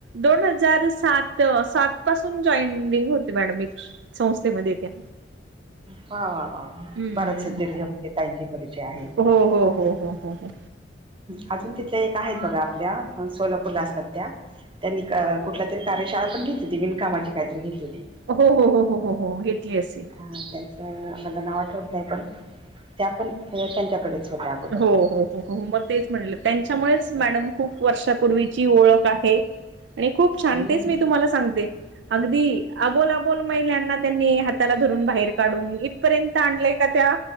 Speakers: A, on the right (about 70°); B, on the right (about 30°).
A: दोन हजार सात सात पासून जॉइनिंग होते मॅडम मी. संस्थेमध्ये त्या
B: ह वा वा वा
A: हम्म
B: बरायाच दीर्घ त्यां परिचय आहे.
A: हो हो हो हो हो हो
B: हाअजून तिथल्या एक आहेत बघा आपल्या सोलापूरला असतात त्या त्यांनी कुठल्या तरी कार्यशाळा पण घेतली होती विनकामाची काहीतरी घेतली होती.
A: हो हो हो हो हो हो घेतली असेल.
B: ह त्याचं मलां नाव आठवत नाही पण त्या पण हे त्यांच्याकडेच. होत्या अगोदर
A: हो हो हो हो हो मग तेच म्हटलं त्यांच्यामुळेच मॅडम खूप वर्षापूर्वीची ओळख आहे आणि खूप छान
B: हम्म
A: तेच मी तुम्हाला सांगते. अगदी.. अबोल अबोल महिलांना त्यांनी हाताला धरून बाहेर काढून घे पर्यंत आणलंय का त्या,